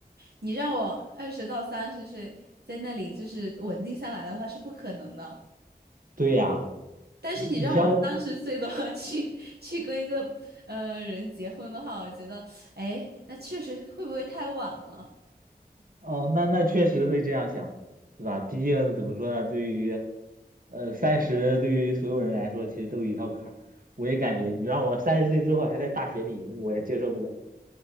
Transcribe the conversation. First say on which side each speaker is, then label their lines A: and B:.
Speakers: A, on the right (about 75°); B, on the right (about 55°).
A: 你让我二十到三十岁在那里就是稳定下来的话是不可能的。
B: 对呀，
A: 但是你让我三十岁的话
B: 你像我
A: <laughs> 去去跟一个呃人结婚的话，我觉得，哎，那确实会不会太晚了？
B: 哦，那那确实会这样想，对吧？毕竟怎么说呢，对于，呃，三十对于所有人来说，其实都有一套坎儿。我也感觉，你让我三十岁之后还在大学里，我也接受不了。